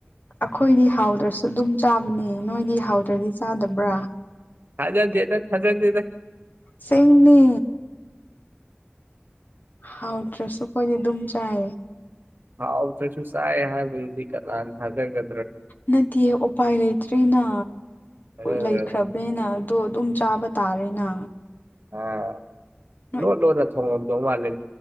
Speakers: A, on the left; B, on the right.
A: ꯑꯩꯈꯣꯏꯗꯤ ꯍꯥꯎꯗ꯭ꯔꯁꯨ ꯑꯗꯨꯝ ꯆꯥꯕꯅꯦ ꯅꯣꯏꯗꯤ ꯍꯥꯎꯗ꯭ꯔꯗꯤ ꯆꯥꯗꯕ꯭ꯔꯥ
B: ꯍꯖ ꯌꯦꯗ ꯍꯖ ꯌꯦꯗ
A: ꯁꯦꯡꯅꯤ ꯍꯥꯎꯠꯇ꯭ꯔꯁꯨꯈꯣꯏꯗꯤ ꯑꯗꯨꯝ ꯆꯌꯦ
B: ꯍꯥꯎ ꯇꯁꯨ ꯆꯥꯏ ꯍꯥꯏꯕꯗꯤ ꯀꯅꯥ ꯊꯥꯖꯪꯒ
A: ꯅꯠꯇꯦ ꯎꯄꯥꯏ ꯂꯩꯇ꯭ꯔꯦꯅ
B: ꯑꯥ
A: ꯂꯩꯈ꯭ꯔꯕ꯭ꯔꯦꯅ ꯇꯣ ꯑꯗꯨꯝ ꯆꯥꯕ ꯇꯥꯔꯦꯅ
B: ꯑꯥ
A: ꯅꯣꯏ
B: ꯂꯣ ꯂꯣ ꯅ ꯊꯉꯗ ꯃꯥꯂ